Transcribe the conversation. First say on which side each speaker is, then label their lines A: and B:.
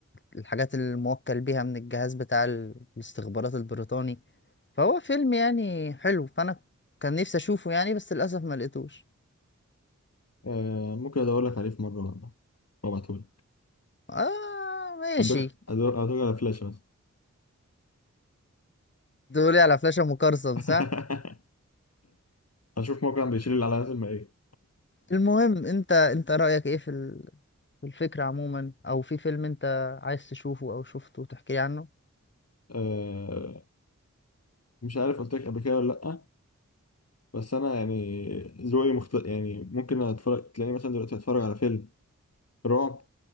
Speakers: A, on the left (about 40°); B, on the left (about 55°).
A: الحاجات اللي الموكل بيها من الجهاز بتاع ال- الاستخبارات البريطاني فهو فيلم يعني حلو فأنا كان نفسي أشوفه يعني بس للأسف ما لقيتوش
B: آه، ممكن أدور لك عليه في مرة والله، وابعتهولك
A: آه ماشي
B: أدور أدور أدور على فلاشة بس
A: تقولي على فلاشة مقرصن
B: <laughs>
A: صح
B: هنشوف موقع بيشيل الاعلانات المائية
A: المهم انت انت رأيك ايه في ال... في الفكرة عموما او في فيلم انت عايز تشوفه او شفته وتحكي لي عنه
B: أه مش عارف قلت لك قبل كده ولا لأ بس أنا يعني ذوقي مخت... يعني ممكن أتفرج تلاقيني مثلا دلوقتي أتفرج على فيلم رعب